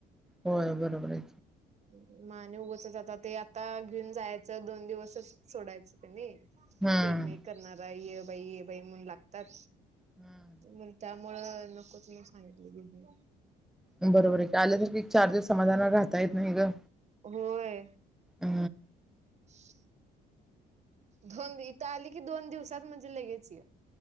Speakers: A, in the centre; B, on the right.
A: होय बरोबर आहे
B: मग आणि उगचच आता ते आता घेऊन जायचं दोन दिवसच सोडायचं त्यांनी
A: हं.
B: पेरणी करणार आहे य.... बाई ये बाई म्हणून लागतात...
A: हं.
B: म्हणता मुळ त म सांगितली गे
A: बरोबर आहे का आलं तर चार दिवस समाधाना राहता येत नाही ग
B: होय
A: अ
B: <inaudible> दोन इथं आली की दोन दिवसात म्हणजे लगेचय